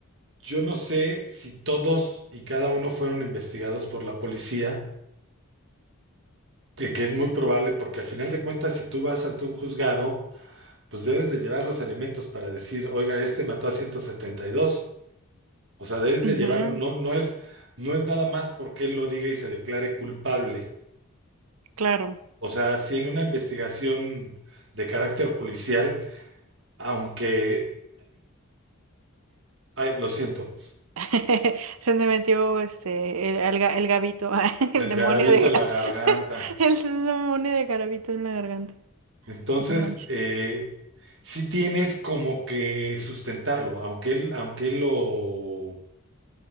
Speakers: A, on the right; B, on the right.
A: yo no sé si todos y cada uno fueron investigados por la policía, que, que es muy probable, porque a final de cuentas, si tú vas ante un juzgado, pues debes de llevar los elementos para decir, oiga, este mató a ciento setenta y dos O sea, debes
B: Ujú.
A: de llevar, no, no es, no es nada más porque él lo diga y se declare culpable.
B: Claro,
A: O sea, si en una investigación de carácter policial, aunque, ay, lo siento,
B: <laughs> se me metió este el, el, ga- el gabito, <laughs>
A: el
B: el demonio
A: garabito
B: de
A: en
B: ga-
A: la garganta.
B: <laughs> el demonio de garabito en la garganta.
A: Entonces,
B: No manches.
A: eh, sí tienes como que sustentarlo, aunque él, aunque él lo,